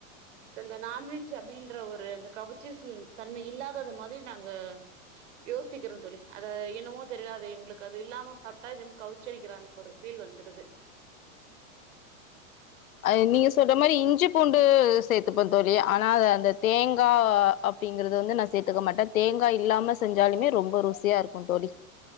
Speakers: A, on the right; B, on the left.
A: இந்த நான்வெஜ் அப்டின்ற ஒரு அந்த கவுச்சி ஸ் தன்மை இல்லாதாத மாரி நாங்க யோசிக்கிறோ தோழி அத என்னவோ தெரில எங்களுக்கு அது இல்லாம சாப் ட்டா எனமோ கவுச்ச அடிக்கிற அந்த ஒரு ஃபீல் வந்துருது
B: அது நீங்க சொல்ற ந்த மாரி இஞ்சி பூண்டு சேத்துப்ப தோழி ஆனா அது அந்த தேங்கா அப்டிங்கறத வந்து நா சேத்துக்க மாட்டே தேங்காய் இல்லாம செஞ்சாலுமே ரொம்ப ருசியா இருக்கு தோழி